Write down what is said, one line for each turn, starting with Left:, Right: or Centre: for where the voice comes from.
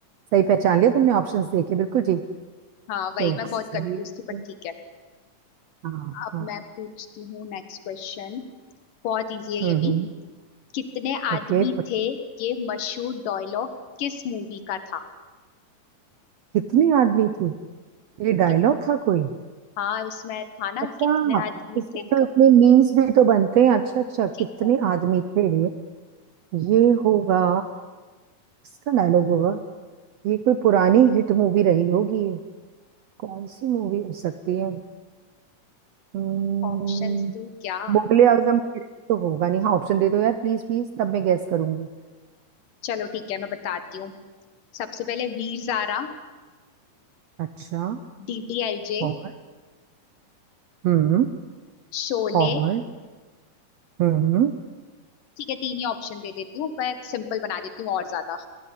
Right: सही पहचान लिया तुमने ऑप्शंस देखे बिल्कुल ठीक
Left: हाँ वही
Right: तो
Left: मैं
Right: सही
Left: बहुत कंफ्यूज थी पर
Right: है।
Left: ठीक है
Right: हाँ
Left: अब
Right: हाँ
Left: मैं पूछती हूँ नेक्स्ट क्वेश्चन बहुत इजी है ये
Right: हम्म
Left: भी
Right: हम्म
Left: कितने आदमी
Right: ओके पता
Left: थे ये मशहूर डायलॉग किस मूवी का था
Right: कितने आदमी थी ये डायलॉग
Left: कि,
Right: था कोई
Left: हाँ उसमें था ना
Right: अच्छा
Left: कितने आदमी
Right: इसके
Left: थे
Right: तो
Left: कब
Right: इतने मीम्स भी तो बनते हैं अच्छा अच्छा
Left: ठीक
Right: कितने
Left: है
Right: आदमी थे ये होगा इसका डायलॉग होगा ये कोई पुरानी हिट मूवी रही होगी ये कौन सी मूवी हो सकती है हम्म,
Left: ऑप्शंस थी क्या
Right: मुगले आजम वगैरह तो होगा नहीं हाँ ऑप्शन दे दो यार प्लीज प्लीज तब मैं गैस करूंगी
Left: चलो ठीक है मैं बताती हूँ सबसे पहले वीर ज़ारा
Right: अच्छा
Left: डीडीएलजे
Right: और हम्म
Left: शोले
Right: और हम्म
Left: ठीक है तीन ही ऑप्शन दे देती हूँ पर सिंपल बना देती हूँ और ज्यादा